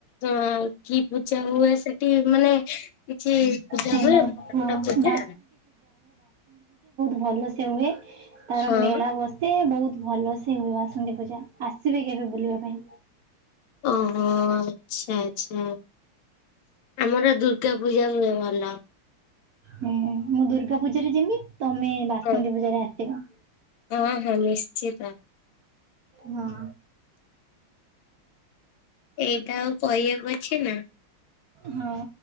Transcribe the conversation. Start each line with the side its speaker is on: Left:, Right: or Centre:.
Left: ଉଁ କି ପୂଜା ହୁଏ? ସେଠି ମାନେ କିଛି ପୂଜା
Right: ଫେମସ୍
Left: ହୁଏ ବଡ
Right: ହଁ
Left: ବଡ ପୂଜା।
Right: ଭଲ ସେ ହୁଏ ତାର
Left: ହଁ
Right: ମେଳା ବସେ ବହୁତ୍ ଭଲସ ହୁଏ ବାସନ୍ତି ପୂଜା ଆସିବେ କେବେ ବୁଲିବା ପାଇଁ।
Left: ଅହୋ ଆଛା ଆଛା। ଆମର ଦୁର୍ଗା ପୂଜା ହୁଏ ଭଲ।
Right: ହୁଁ ମୁଁ ଦୁର୍ଗା ପୂଜାରେ ଯିବି ତମେ ବାସନ୍ତୀ
Left: ହଁ
Right: ପୂଜାରେ ଆସିବ।
Left: ହଁ ହଁ ନିଶ୍ଚିତ।
Right: ହଁ।
Left: ଏଇଟା ଆଉ କହିବାକୁ ଅଛି ନା।
Right: ହଁ।